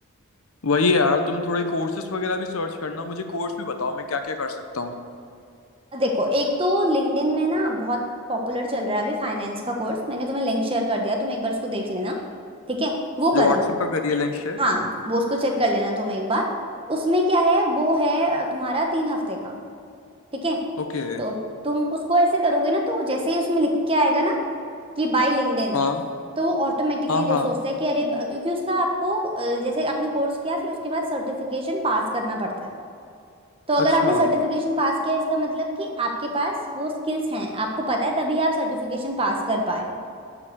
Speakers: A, on the left; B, on the right.
A: वही है यार तुम थोड़े कोर्सेज वगैरह भी सर्च करना मुझे कोर्स भी बताओ मैं क्या क्या कर सकता हूँ
B: देखो एक तो लिंक्डइन में ना बहुत पॉपुलर चल रहा है अभी फाइनेंस का कोर्स मैंने तुम्हें लिंक शेयर कर दिया तुम एक बार उसको देख लेना ठीक है वो कर
A: जो व्हाट्सएप
B: लो
A: पर करिए लिंक शेयर
B: हाँ वो उसको चेक कर लेना तुम एक बार उसमें क्या है वो है तुम्हारा तीन हफ्ते का ठीक है
A: ओके
B: तो तुम उसको ऐसे करोगे ना तो जैसे ही उसमें लिख के आएगा ना कि बाय लिंक्डइन
A: हाँ
B: तो वो ऑटोमेटिकली
A: हाँ
B: जो
A: हाँ
B: सोचता है कि अरे ब- क्योंकि उसका आपको अ, जैसे आपने कोर्स किया फिर उसके बाद सर्टिफिकेशन पास करना पड़ता है तो अगर
A: अच्छा
B: आपने सर्टिफिकेशन पास किया इसका मतलब कि आपके पास वो स्किल्स हैं आपको पता है तभी आप सर्टिफिकेशन पास कर पाए हो